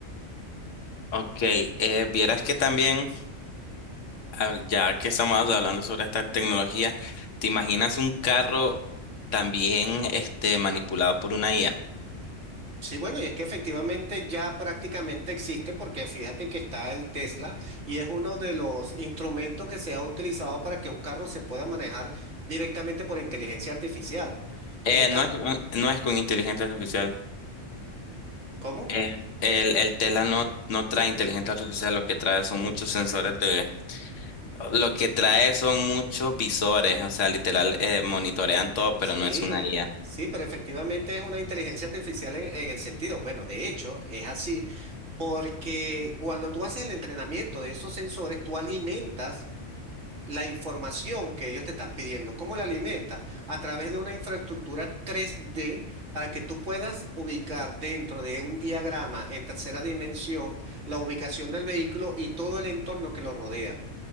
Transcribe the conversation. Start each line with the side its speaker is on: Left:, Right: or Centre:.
Left: Ok, eh, vieras que también, al- ya que estamos hablando sobre esta tecnología, ¿te imaginas un carro también este, manipulado por una IA?
Right: Sí, bueno, y es que efectivamente ya prácticamente existe porque fíjate que está el Tesla y es uno de los instrumentos que se ha utilizado para que un carro se pueda manejar directamente por inteligencia artificial.
Left: Eh,
Right: Esta,
Left: no es, no es con inteligencia artificial.
Right: ¿cómo?
Left: Eh, el, el Tela no, no trae inteligencia artificial, lo que trae son muchos sensores de... Lo que trae son muchos visores, o sea, literal, eh, monitorean todo, pero
Right: Sí,
Left: no es una IA.
Right: sí, pero efectivamente es una inteligencia artificial en, en el sentido, bueno, de hecho es así, porque cuando tú haces el entrenamiento de esos sensores, tú alimentas la información que ellos te están pidiendo. ¿Cómo la alimentas? A través de una infraestructura tres d para que tú puedas ubicar dentro de un diagrama en tercera dimensión la ubicación del vehículo y todo el entorno que lo rodea.